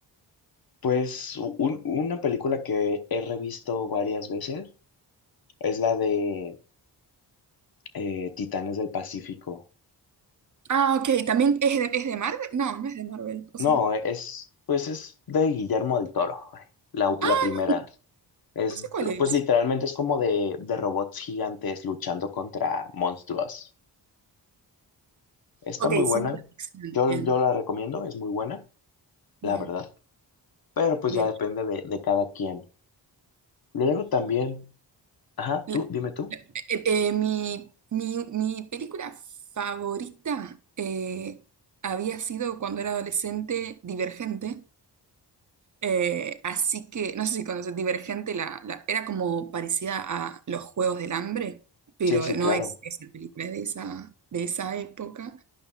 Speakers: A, on the left; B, on the right.
A: Pues u- un- una película que he revisto varias veces es la de eh, Titanes del Pacífico.
B: Ah, ok, ¿también es de, es de Marvel? No, no es de Marvel, ¿o
A: No,
B: sí?
A: e-, es, pues es de Guillermo del Toro, la, la
B: ah
A: primera. Es,
B: No sé cuál es.
A: pues literalmente es como de, de robots gigantes luchando contra monstruos. Está
B: Ok,
A: muy buena.
B: ciencia ficción.
A: Yo,
B: Bien,
A: yo la recomiendo, es muy buena,
B: bien,
A: la verdad. Pero pues
B: bien.
A: ya depende de, de cada quien. Luego también, ajá,
B: Yo,
A: tú, dime tú.
B: Eh, eh, mi, mi- mi película favorita eh, había sido cuando era adolescente Divergente. Eh, así que, no sé si conoces, Divergente la, la- era como parecida a Los Juegos del Hambre, pero
A: Sí, sí,
B: no
A: claro.
B: es esa película, es de esa, de esa época.